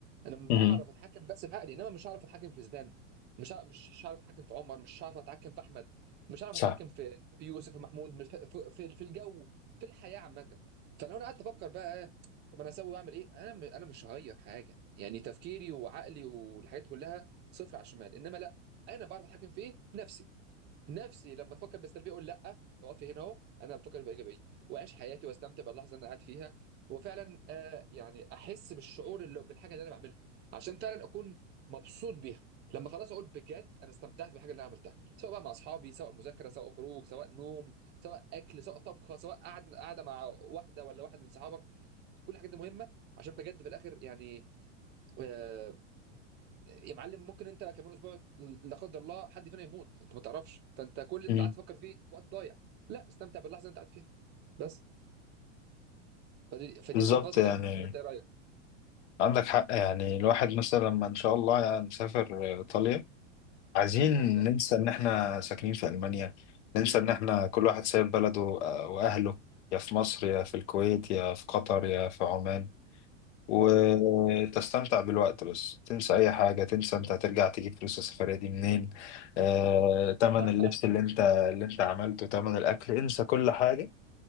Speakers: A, on the right; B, on the left.
A: انا بعرف
B: امم
A: اتحكم بس بعقلي انما مش هعرف اتحكم في زيدان مش ه- مش هعرف اتحكم في عمر مش هعرف اتحكم في احمد مش هعرف
B: صح
A: اتحكم في في يوسف ومحمود مش- في في في الجو في الحياة عامة فلو انا قعدت افكر بقى طب انا اسوي واعمل ايه انا م... انا مش هغير حاجه يعني تفكيري وعقلي والحاجات دي كلها صفر على الشمال انما لا انا بعرف اتحكم في ايه نفسي نفسي لما تفكر بالسلبيه اقول لا اقفي هنا اهو انا بفكر بايجابيه واعيش حياتي واستمتع باللحظه اللي انا قاعد فيها وفعلا آه يعني احس بالشعور اللي بالحاجه اللي انا بعملها عشان فعلا اكون مبسوط بيها لما خلاص اقول بجد انا استمتعت بالحاجه اللي انا عملتها سواء بقى مع اصحابي سواء مذاكره سواء خروج سواء نوم سواء اكل سواء طبخه سواء قعد قاعده مع واحده ولا واحد من صحابك كل الحاجات دي مهمه عشان بجد في الاخر يعني آه يا معلم ممكن انت كمان اسبوع لا قدر الله حد فينا يموت انت ما تعرفش فانت كل اللي
B: امم
A: انت قاعد تفكر فيه وقت ضايع لا استمتع باللحظه اللي انت قاعد فيها بس فدي فدي
B: بالظبط
A: وجهه نظري
B: يعني
A: يعني ولا انت ايه رايك؟ ان
B: عندك حق يعني الواحد مثلا لما ان شاء الله يعني نسافر ايطاليا عايزين
A: شاء الله
B: ننسى ان احنا ساكنين في المانيا ننسى ان احنا كل واحد سايب بلده آه، واهله يا في مصر يا في الكويت يا في قطر يا في عمان وتستمتع
A: اه
B: بالوقت بس تنسى اي حاجه تنسى انت هترجع تجيب فلوس السفريه دي منين آه، تمن
A: <laughs>
B: اللبس اللي انت اللي انت عملته تمن الاكل انسى كل حاجه